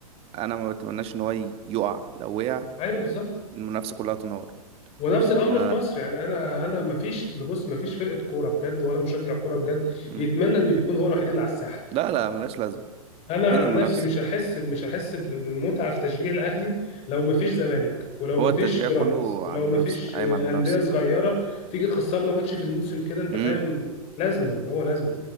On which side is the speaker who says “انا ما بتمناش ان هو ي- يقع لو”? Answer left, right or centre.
Right